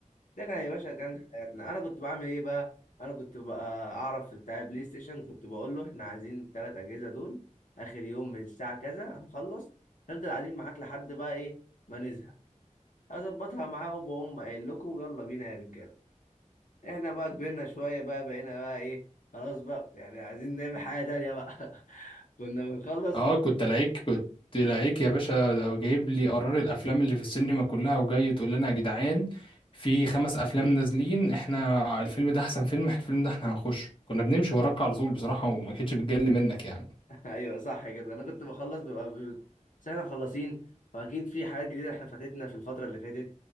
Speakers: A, on the left (about 75°); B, on the left (about 40°).
A: ده كان يا باشا كان حياتنا انا كنت بعمل ايه بقى انا كنت بقى اعرف بتاع بلاي ستيشن كنت بقول له احنا عايزين الثلاث اجهزه دول اخر يوم من الساعه كذا هنخلص نفضل قاعدين معاك لحد بقى ايه ما نزهق اظبطها معاه وبقوم قايل لكم ويلا بينا يا رجاله احنا بقى كبرنا شويه بقى بقينا بقى ايه خلاص بقى يعني عايزين نعمل حاجه تانية بقى <laughs> كنا بنخلص
B: اه كنت لعيك كنت لعيك يا باشا ده جايب لي قرار الافلام اللي في السينما كلها وجاي تقول لنا يا جدعان في خمس افلام نازلين احنا الفيلم ده احسن فيلم احنا الفيلم ده احنا هنخش كنا بنمشي وراك على طول بصراحة وما كانتش بتجلي منك يعني
A: <laughs> ايوه صح كده انا كنت بخلص ببقى ب- بس احنا خلصين فاكيد في حاجات جديده احنا فاتتنا في الفتره اللي فاتت